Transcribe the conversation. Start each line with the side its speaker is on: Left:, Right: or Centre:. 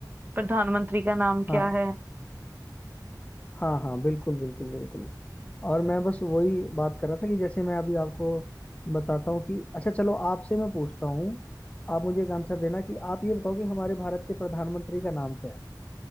Right: प्रधानमंत्री का नाम
Left: हाँ
Right: क्या है
Left: हाँ हाँ बिल्कुल बिल्कुल बिल्कुल और मैं बस वही बात कर रहा था कि जैसे मैं अभी आपको बताता हूँ कि अच्छा चलो आपसे मैं पूछता हूँ आप मुझे एक आंसर देना कि आप ये बताओ कि हमारे भारत के प्रधानमंत्री का नाम क्या है